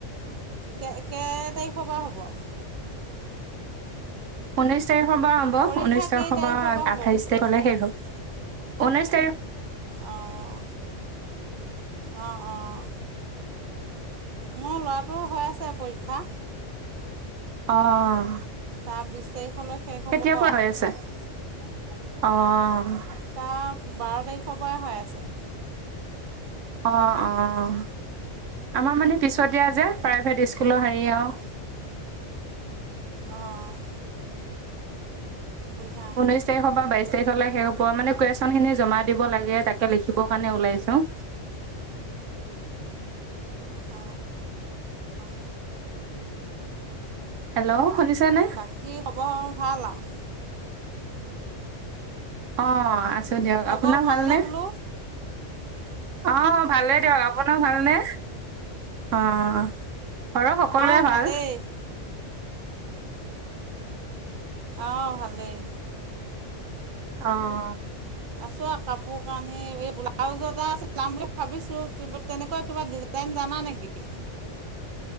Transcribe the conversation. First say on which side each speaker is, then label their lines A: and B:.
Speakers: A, on the right; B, on the right.
A: কে কেই তাৰিখৰ পৰা হ'ব?
B: ঊনৈশ তাৰিখৰ পৰা হ'ব।
A: পৰীক্ষা
B: ঊনৈশ তাৰিখৰ
A: কেই
B: পৰা
A: হ'ব
B: আঠাইছ
A: বোলো
B: তাৰিখ লে শেষ হ'ল। ঊনৈছ-
A: অঁ, অঁ, অঁ। মোৰ ল'ৰাটোৰো হৈ আছে পৰীক্ষা।
B: অহ।
A: তাৰ বিছ তাৰিখলৈ। শেষ
B: কেতিয়াৰ
A: হ'ব আৰু
B: পৰা হৈ আছে? অহ।
A: তাৰ বাৰ তাৰিখৰ পৰাই হৈ আছে।
B: অ', অ', আমাৰ মানে পিছত দিয়া যে প্ৰাইভেট স্কুলৰ হেৰি আৰু।
A: অ'। সেইকাৰণে
B: ঊনৈশ তাৰিখৰ পৰা বাইশ বাইশ তাৰিখলে শেষ হ'ব মানে কুৱেশ্যন খিনি জমা দিব লাগে তাকে লিখিবৰ কাৰণে ওলাইছো।
A: অ', অ'।
B: হেল্ল' শুনিছা নে?
A: কি খবৰ ভাল আৰু।
B: অ', আছো দিয়ক,
A: খবৰ
B: আপোনাৰ ভালনে?
A: বোলো
B: অ' ভালেই দিয়ক আপো নাৰ ভাল নে অ', ঘৰ সকলোৰে
A: অঁ ভালেই
B: ভাল।
A: অ', ভালেই।
B: অ', অ'।
A: আছো আৰু কাপোৰ কানি এই ব্লাউজ এটা চিলাম বুলি ভাবিছো কিবা তেনেকুৱা কিবা ডি ডিজাইন জানা নেকি?